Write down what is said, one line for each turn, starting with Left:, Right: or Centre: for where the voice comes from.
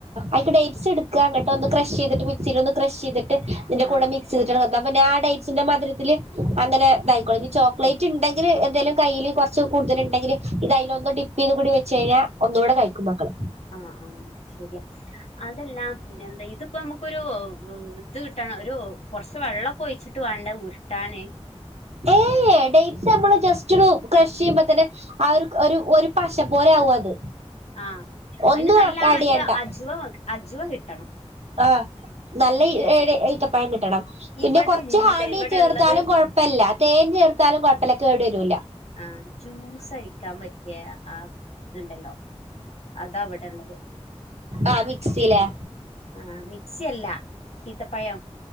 Right: അത്ക്ക് ഡേറ്റ്സ് എടുക്കുക അങ്ങട്ട് ഒന്ന് ക്രഷ് ചെയ്തിട്ട് മിക്സിൽ ഒന്ന് ക്രഷ് ചെയ്തിട്ട് ഇതിന്റെ
Left: ആഹ്
Right: കൂടെ മിക്സ് ചെയ്തിട്ട് വ എന്നാ പിന്നെ ആ ഡേറ്റ്സിന്റെ മധുരത്തില് അങ്ങനെ ഇതായിക്കോളും ഇനി ചോക്ലേറ്റ് ഇണ്ടെങ്കില് എന്തേലും കയ്യില് കൊറ ച്ച് കൂടുതല് ഇണ്ടെങ്കില് ഇത് അയിലൊന്ന് ഡിപ്പ് ചെയ്ത് കൂടി വെച്ച് കഴിഞ്ഞാ ഒന്നുകൂടെ കഴിക്കും മക്കൾ
Left: ആഹ് ആഹ് ശെരിയാ അതെല്ലാ പിന്നെന്താ ഇതിപ്പോ നമുക്കൊരു ഇത് കിട്ടണം ഒരു കൊറച്ച് വെള്ളം ഒകെ ഒഴിച്ചിട്ട് വേണ്ടേ ഉരുട്ടാന്
Right: ഏഹ് ഡേറ്റ്സ് നമ്മള് ജസ്റ്റ് ഒരു ക്രഷ് ചെയ്യുമ്പോ തന്നെ ആ ഒരു ഒരു ഒരു പശ പോലെ ആവും അത്
Left: ആഹ്
Right: ഒന്നും
Left: അതിന് നല്ല
Right: ആഡ്
Left: മറ്റേ
Right: ചെയ്യണ്ട
Left: അജുവ കി അജുവ കിട്ടണം
Right: ആഹ് നല്ല
Left: ഈ
Right: ഇ ഏഴു ഈത്തപ്പഴം കിട്ടണം പിന്നെ
Left: ഇവിടെ
Right: കൊറച്ച്
Left: ഇണ്ട്
Right: ഹണി
Left: ഇവിടെ
Right: ചേർത്താലും
Left: ഇള്ളത്
Right: കൊഴ ല്ല തേൻ ചേർത്താലും കൊഴപ്പല്ല കേട് വരൂല
Left: ആഹ് ജ്യൂസ് അടിക്കാൻ പറ്റിയ അ ത്ണ്ടല്ലോ അതവിടെ ള്ളത്
Right: ആഹ് മിക്സീലാ
Left: ആഹ് മിക്സി അല്ല ഈത്തപ്പഴം